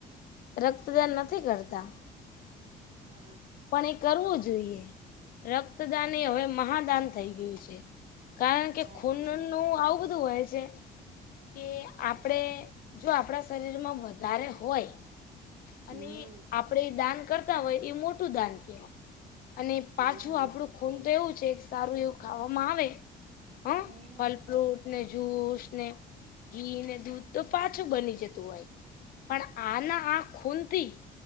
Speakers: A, on the left (about 60°); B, on the right (about 45°).
A: રક્તદાન નથી કરતા.
B: હા
A: પણ એ કરવું જોઈએ રક્તદાન એ હવે મહાદાન થઈ ગયું છે. કારણ કે
B: સાચી
A: ખૂનનુંું
B: વાત
A: આવું બધું હોય છે. કે આપડે જો આપણા શરીરમાં વધારે હોય. અને
B: હમ
A: આપડે દાન કરતા હોય એ મોટું દાન કેવાય. અને પાછું
B: હા
A: આપણું ખૂન તો એવું છે સારું એવું ખાવામાં આવે. હ
B: હમ
A: ફલ ફ્રૂટ. ને જુસ ને ઘી ને દૂધ તો પાછું બની જતું હોય. પણ આ ના આ ખૂનથી